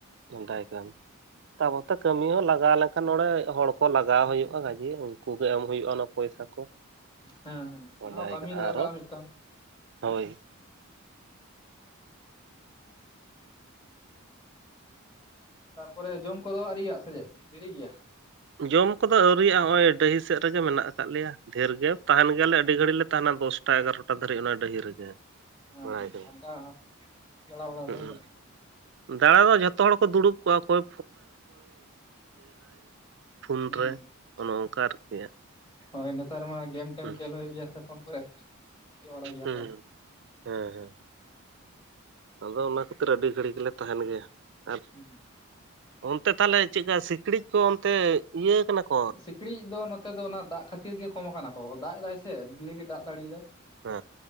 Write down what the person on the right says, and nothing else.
ᱢᱮᱛᱟᱭ ᱠᱟᱱ ᱛᱟᱯᱚᱛᱮ ᱠᱟᱹᱢᱤ ᱦᱚᱸ ᱞᱟᱜᱟᱣ ᱞᱮᱱᱠᱷᱟᱱ ᱱᱚᱸᱰᱮ ᱦᱚᱲ ᱠᱚ ᱞᱟᱜᱟᱣ ᱦᱩᱭᱩᱜ-ᱟ ᱜᱟᱡ ᱡᱮ ᱩᱱᱠᱩ ᱜᱮ ᱮᱢ ᱦᱩᱭᱩᱜᱼᱟ ᱚᱱᱟ ᱯᱚᱭᱥᱟ ᱠᱚ
ᱚᱰᱟᱭ
ᱠᱟᱫᱟ
ᱟᱨᱦᱚ
ᱦᱳᱭ
ᱡᱚᱢ ᱠᱚᱫᱚ ᱟᱹᱣᱨᱤᱭᱟᱜ ᱦᱚᱸᱜ ᱚᱭ ᱰᱟᱹᱺᱦᱤ ᱥᱮᱫ ᱨᱮᱜᱮ ᱢᱮᱱᱟᱜ ᱟᱠᱟᱫ ᱞᱮᱭᱟ ᱰᱷᱮᱨ ᱜᱮ ᱛᱟᱦᱮᱱ ᱜᱮᱭᱟᱞᱮ ᱟᱹᱰᱤ ᱜᱷᱟᱹᱲᱤᱡ ᱞᱮ ᱛᱟᱦᱮᱱᱟ ᱫᱚᱥᱴᱟ ᱮᱜᱟᱨᱚᱴᱟ ᱫᱷᱟᱹᱨᱤᱡ ᱚᱱᱟ ᱰᱟᱹᱦᱤ ᱨᱮᱜᱮ
ᱵᱟᱲᱟᱭ ᱠᱟᱹᱫᱟᱹᱧ
ᱦᱩᱸ
ᱫᱟᱬᱟ ᱫᱚ ᱡᱷᱚᱛᱚ ᱦᱚᱲ ᱠᱚ ᱫᱩᱲᱩᱵ ᱠᱚᱜᱼᱟ ᱚᱠᱚᱭ ᱯᱷᱩᱱ
ᱨᱮ ᱚᱱᱚ ᱚᱱᱠᱟ ᱟᱨᱠᱤ
ᱦᱩᱸ
ᱦᱩᱸ
ᱦᱮᱸ ᱦᱮᱸ ᱟᱫᱚ ᱚᱱᱟ ᱠᱷᱟᱹᱛᱤᱨ ᱟᱹᱰᱤ ᱜᱷᱟᱹᱲᱤᱡ ᱜᱮᱞᱮ ᱛᱟᱦᱮᱱ ᱜᱮᱭᱟ ᱟᱨ
ᱚᱱᱛᱮ ᱛᱟᱦᱚᱞᱮ ᱪᱮᱫ ᱞᱮᱠᱟ ᱥᱤᱠᱲᱤᱡ ᱠᱚ ᱚᱱᱛᱮ ᱤᱭᱟᱹ ᱠᱟᱱᱟ ᱠᱚ
ᱦᱮᱸ